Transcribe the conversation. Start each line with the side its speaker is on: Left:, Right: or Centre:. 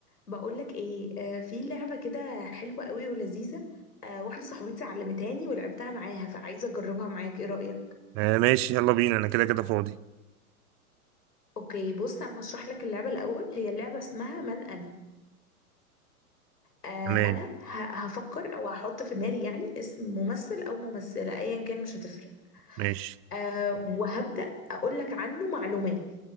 Left: بقولك ايه آه في لعبة كده حلوة قوي ولذيذة آه واحدة صاحبتي علمتهاني ولعبتها معاها فعايزة اجربها معاك ايه رأيك
Right: آه، ماشي يلا بينا انا كده كده فاضي
Left: اوكي بص انا هشرح لك اللعبة الاول هي اللعبة اسمها من انا آه
Right: تمام
Left: انا ه- هفكر او هحط في دماغي يعني اسم ممثل او ممثلة ايا كان مش هتفرق
Right: ماشي
Left: آه وهبدأ اقول لك عنه معلومات